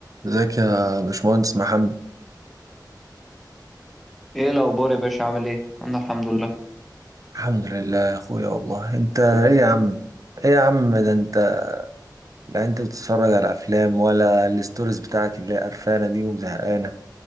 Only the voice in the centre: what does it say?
ايه الاخبار يا باشا عامل ايه انا الحمد لله